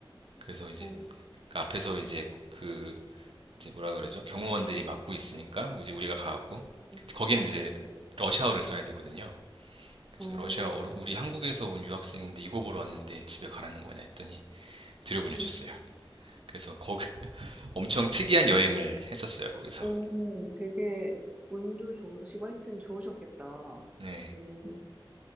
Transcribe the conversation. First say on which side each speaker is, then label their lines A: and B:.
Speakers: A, on the right (about 85°); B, on the right (about 15°).
A: 그래서 이제
B: 어,
A: 그 앞에서 이제 그 이제 뭐라 그러죠? 경호원들이 막고 있으니까 이제 우리가 가갖고
B: 음,
A: 그 거긴 이제 러시아어를 써야 되거든요. 그래서
B: 어,
A: 러시아어로 우리 한국에서 온 유학생인데 이거 보러 왔는데 집에 가라는 거냐 했더니 들여보내줬어요.
B: 음.
A: 그래서 거기 <laughs> 엄청 특이한 여행을 했었어요. 거기서.
B: 오, 되게 운도 좋으시고 하여튼 좋으셨겠다.
A: 네.
B: 음,